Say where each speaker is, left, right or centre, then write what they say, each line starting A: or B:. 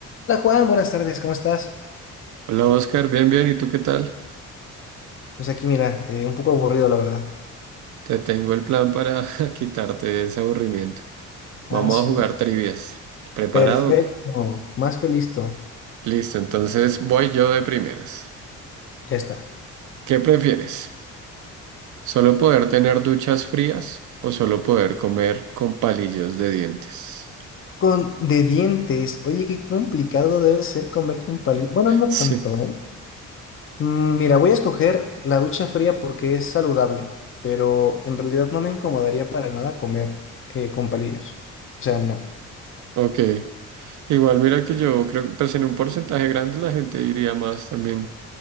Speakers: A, on the left; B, on the right.
A: Hola Juan, buenas tardes, ¿cómo estás?
B: Hola Oscar, bien, bien, ¿y tú qué tal?
A: Pues aquí mira, eh, un poco aburrido la verdad.
B: Te tengo el plan para <laughs> quitarte ese aburrimiento.
A: Ah,
B: Vamos
A: sí.
B: a jugar trivias. ¿Preparado?
A: Perfecto, más que listo.
B: Listo, entonces voy yo de primeras.
A: Ya está.
B: ¿Qué prefieres? ¿Solo poder tener duchas frías o solo poder comer con palillos de dientes? <laughs>
A: Con de dientes, oye, qué complicado debe ser comer con palillos. Bueno, no
B: Sí,
A: tanto, ¿eh? Mm, mira, voy a escoger la ducha fría porque es saludable, pero en realidad no me incomodaría para nada comer eh, con palillos. O sea, no.
B: ok. Igual mira que yo creo que pues en un porcentaje grande la gente iría más también,